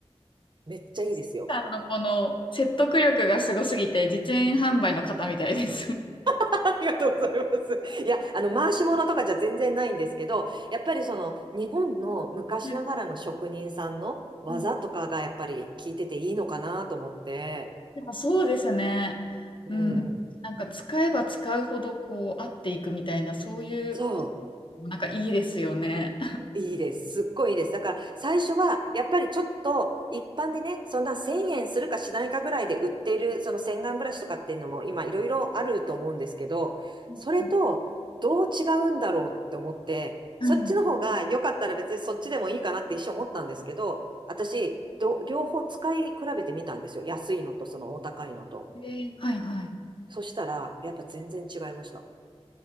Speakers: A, on the right; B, on the left.
A: めっちゃいいですよ。
B: す。シンさんのこの説得力がすごすぎて、実演販売の方みたいです。
A: <laughs> ありがとうございます。いや、あの、回し物とかじゃ全然ないんですけど、やっぱりその、日本の昔ながらの職人さんの技とかがやっぱり聞いてていいのかなと思って、
B: うんうんでもそうですね。
A: うん。
B: うん。なんか使えば使うほどこう合っていくみたいな、そういうこと
A: そう。
B: もなんかいいですよね。
A: いいです。すっごいいいです。だから最初はやっぱりちょっと一般でね、そんな1000円するかしないかぐらいで売っているその洗顔ブラシとかっていうのも今いろいろあると思うんですけど、
B: うんうん
A: それとどう違うんだろうって思って、
B: は
A: そっちの方が良かったら別にそっちでもいいかなって一瞬思ったんですけど、私ど、両方使い比べてみたんですよ。安いのとそのお高いのと。
B: い。えー、はいはい。
A: そしたらやっぱ全然違いました。